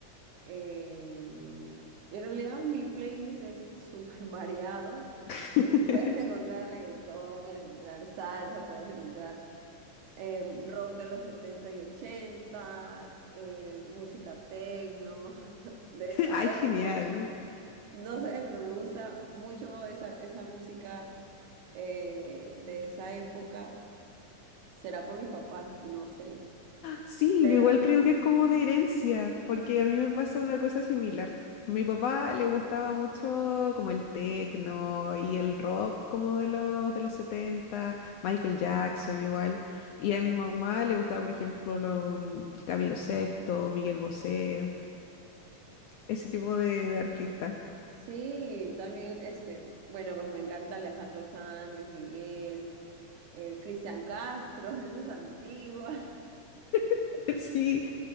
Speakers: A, on the right; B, on the left.
A: Eh, en realidad mi playlist es súper <laughs> variado.
B: <laughs>
A: Eh, Puedes encontrar reggaetón, puedes encontrar salsa, puedes encontrar eh, rock de los 70 y 80, eh, música techno <laughs> de esa
B: ay, genial.
A: época. No sé, pero me gusta mucho esa, esa música eh, de esa época. ¿Será por mis papás? No sé.
B: Sí,
A: Pero
B: yo igual creo que es como de herencia, porque a mí me pasa una cosa similar. Mi papá le gustaba mucho como el techno y el rock como de los de los 70, Michael Jackson igual, y a mi mamá le gustaba, por ejemplo, lo, mm, Camilo Sexto, Miguel Bosé, ese tipo de, de artistas.
A: Sí, también, este, bueno, pues me encanta Alejandro Sanz, Luis Miguel, eh, Cristian Castro, <laughs> esas antiguas.
B: <laughs> Sí,